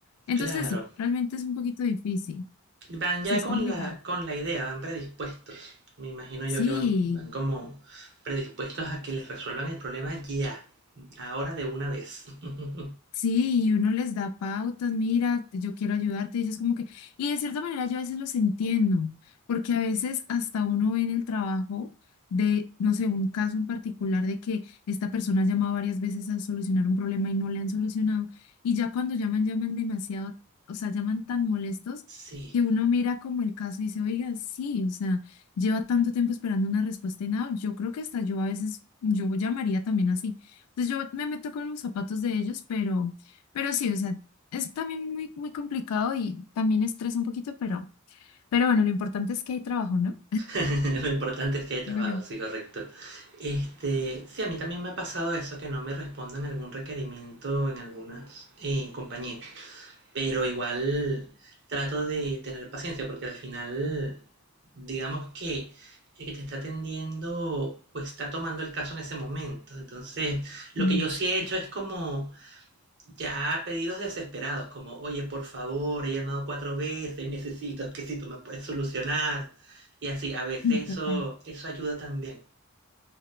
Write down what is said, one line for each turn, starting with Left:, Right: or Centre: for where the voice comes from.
Left: Entonces,
Right: claro.
Left: sí, realmente es un poquito difícil,
Right: Van
Left: sí,
Right: ya
Left: es
Right: con
Left: complicado.
Right: la, con la idea, van predispuestos. Me imagino yo
Left: Sí,
Right: que van, van como predispuestos a que les resuelvan el problema ya, ahora de una vez. <laughs>
Left: Sí, y uno les da pautas, mira, yo quiero ayudarte, y ellos como que, y de cierta manera yo a veces los entiendo, porque a veces hasta uno ve en el trabajo de, no sé, un caso en particular de que esta persona ha llamado varias veces a solucionar un problema y no le han solucionado, y ya cuando llaman, llaman demasiado, o sea, llaman tan molestos
Right: Sí.
Left: que uno mira como el caso y dice, oiga, sí, o sea, lleva tanto tiempo esperando una respuesta y nada, yo creo que hasta yo a veces, yo llamaría también así entonces yo me meto con los zapatos de ellos, pero, pero sí, o sea, es también muy, muy complicado y también estresa un poquito, pero, pero bueno, lo importante es que hay trabajo, ¿no?
Right: <laughs> Lo importante es que hay trabajo,
Left: Digo yo.
Right: sí, correcto. Este, sí, a mí también me ha pasado eso, que no me respondan algún requerimiento en algunas eh, compañías. Pero igual trato de tener paciencia, porque al final, digamos que el que te está atendiendo, pues está tomando el caso en ese momento. Entonces, lo
Left: Sí,
Right: que yo sí he hecho es como ya pedidos desesperados, como, oye, por favor, he llamado cuatro veces, necesito que si tú me puedes solucionar. Y así, a veces
Left: sí, total.
Right: eso, eso ayuda también.